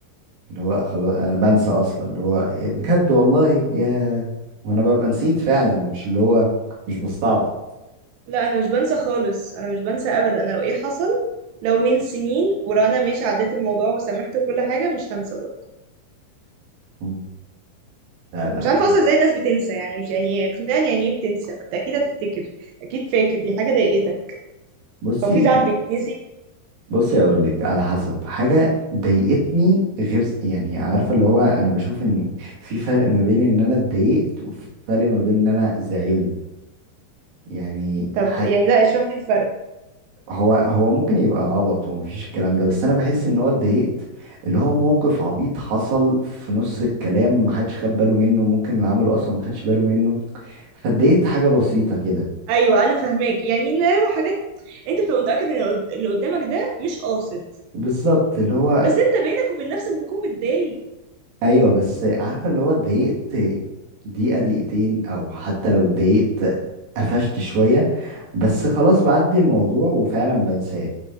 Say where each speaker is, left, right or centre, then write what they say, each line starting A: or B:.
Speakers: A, on the right; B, on the right.
A: اللي هو خلاص انا بنسى اصلا اللي هو إيه بجد والله يا وانا ببقى نسيت فعلا مش اللي هو مش بستعبط
B: لا انا مش بنسى خالص انا مش بنسى ابدا انا لو ايه حصل لو من سنين ولو انا ماشي عديت الموضوع وسامحت وكل حاجه مش هنسى برضه
A: مم. لا لا
B: مش عارفه اصلا ازاي الناس بتنسى يعني مش يعني ايه اقنعني يعني ايه بتنسى ما انت اكيد هتفتكر اكيد فاكر دي حاجه ضايقتك
A: بصي
B: هو في زعل بيتنسي
A: بصي اقول لك على حسب حاجه ضايقتني غير ز- يعني عارفه اللي هو انا بشوف ان في فرق ما بين ان انا اتضايقت وفي فرق ما بين ان انا زعلت يعني
B: طب
A: ح...
B: يعني لا اشرح لي الفرق
A: هو هو ممكن يبقى عبط ومفيش الكلام ده بس انا بحس ان هو اتضايقت اللي هو موقف عبيط حصل في نص الكلام محدش خد باله منه ممكن اللي عمله اصلا ما خدش باله منه فاتضايقت حاجة بسيطة كده
B: ايوه انا فاهماك يعني لا هو حاجات انت بتبقى متاكد ان القد- اللي قدامك ده مش قاصد
A: بالظبط اللي هو
B: بس انت بينك وبين نفسك بتكون متضايق
A: ايوه بس عارفة اللي هو اتضايقت دقيقة دقيقتين او حتى لو اتضايقت قفشت شوية بس خلاص بعدي الموضوع وفعلا بنساه